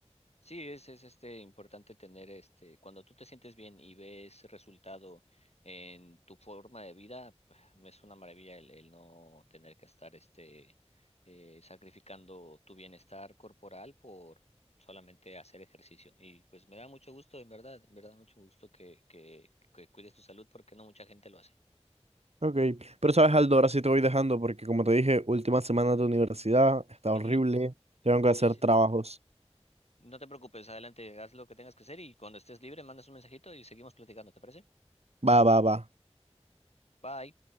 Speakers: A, on the left; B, on the right.
A: Sí, es, es este importante tener este, cuando tú te sientes bien y ves resultado en tu forma de vida, <sighs> es una maravilla el, el no tener que estar este eh, sacrificando tu bienestar corporal por solamente hacer ejercicio. Y pues me da mucho gusto, en verdad, en verdad mucho gusto que, que, que cuides tu salud porque no mucha gente lo hace.
B: Ok, pero sabes, Aldo, ahora sí te voy dejando porque como te dije, última semana de universidad, está
A: Ujú.
B: horrible, tengo que hacer
A: Sí, sí.
B: trabajos.
A: No te preocupes, adelante, haz lo que tengas que hacer y cuando estés libre, mandas un mensajito y seguimos platicando, ¿te parece?
B: Va, va, va.
A: Bye.